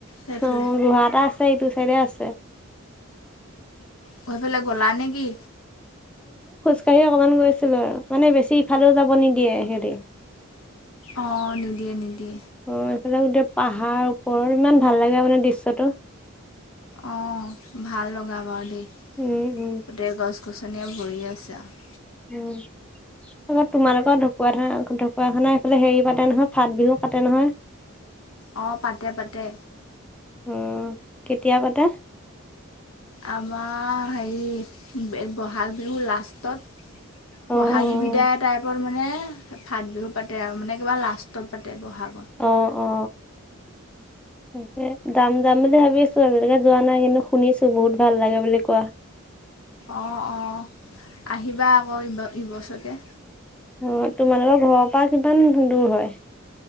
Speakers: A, on the left (about 85°); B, in the centre.
A: সেইফালে
B: অ গুহা এটা আছে ইটো চাইডে আছে।
A: সেফলে গ'লা নেকি?
B: অকণমান গৈছিলে আৰু মানে বেছি ইফালেও যাব নিদিয়ে সেতি।
A: অ', নিদিয়ে-নিদিয়ে।
B: অ', এইফালে গো পাহাৰ ওপৰ ইমান ভাল লাগে মানে দৃশ্যটো।
A: অ', ভাল লগা বাৰু দেই,
B: উম উম
A: গোটেই গছ গছনিয়ে ভৰি আছে আৰু
B: উম। আকৌ তোমালোকৰ ঢকুৱা খানা ঢকুৱাখানা এইফালে হেৰি পাতে নহয় ফাত বিহু পাতে নহয়? <inaudible>
A: অ', পাতে-পাতে।
B: অ', কেতিয়া পাতা?
A: আমাৰ হেৰি বহাগ বিহু লাষ্টত।
B: অ
A: বহাগি বিদায়
B: অ
A: টাইপৰ মানে ফাত বিহু পাতে আৰু মানে কিবা লাষ্টত পাতে ব'হাগ
B: আহ অ। তাকে যাম যাম বুলি ভাবি আছো আজিলকে যোৱা নাই কিন্তু শুনিছো বহুত ভাল লাগে বুলি কোৱা।
A: অঁ অঁ আহিবা আকৌ ইব ইবছৰকে
B: অ তোমালোকৰ ঘৰৰ পৰা কিমান দূৰ হয়।